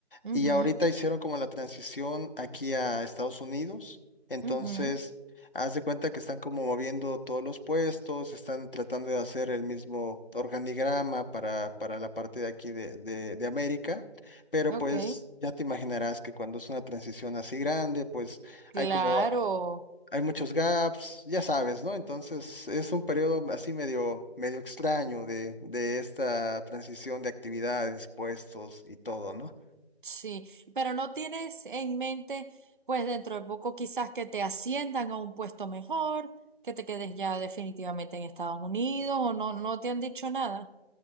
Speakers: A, on the left; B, on the right.
A: Y
B: Ujú,
A: ahorita hicieron como la transición aquí a Estados Unidos. Entonces,
B: ujú,
A: haz de cuenta que están como moviendo todos los puestos, están tratando de hacer el mismo organigrama para, para la parte de aquí de, de, de América. Pero
B: ok,
A: pues ya te imaginarás que cuando es una transición así grande, pues
B: claro,
A: hay como, hay muchos gaps, ya sabes, ¿no? Entonces, es un periodo así medio, medio extraño de, de esta transición de actividades, puestos y todo, ¿no?
B: sí, pero no tienes en mente, pues dentro de poco quizás que te asciendan a un puesto mejor, que te quedes ya definitivamente en Estados Unidos o no, no te han dicho nada.